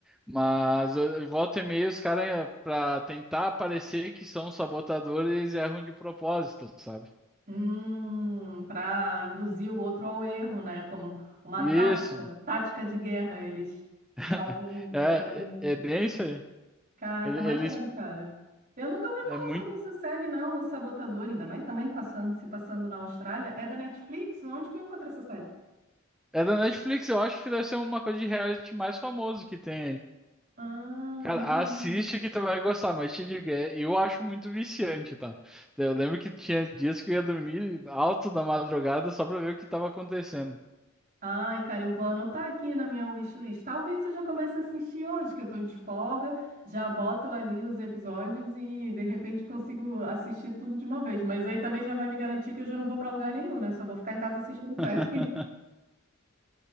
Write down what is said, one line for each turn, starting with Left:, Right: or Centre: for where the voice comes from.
Centre: Mas eh, volta e meia, os caras, pra tentar parecer que são sabotadores, eles erram de propósito, sabe?
Right: Hum, para induzir o outro ao erro, né? Como uma
Centre: Isso.
Right: tática, tática de guerra, eles fazem,
Centre: <laughs> É,
Right: fazem
Centre: é
Right: isso.
Centre: é bem isso aí.
Right: Caraca,
Centre: Ele-
Right: maneiro,
Centre: Eles
Right: cara. Eu nunca ouvi
Centre: é
Right: falar
Centre: muito.
Right: sobre essa série, não, O Sabotador, ainda mais também passando, se passando na Austrália. É da Netflix? Onde que eu encontrei essa série?
Centre: É da Netflix, eu acho que deve ser uma coisa de reality mais famoso que tem aí.
Right: Ah,
Centre: Cara,
Right: maneiro.
Centre: assiste que tu vai gostar, mas te digo, é- eu acho muito viciante, tá? Eu lembro que tinha dias que eu ia dormir alto da madrugada só pra ver o que tava acontecendo.
Right: Ai, cara, eu vou anotar aqui na minha wishlist. Talvez eu já comece a assistir hoje, que eu tô de folga, já boto ali os episódios e de repente consigo assistir tudo de uma vez. Mas aí também já vai me garantir que eu já não vou pra lugar nenhum, né? Só vou ficar em casa assistindo <laughs> série.
Centre: <laughs>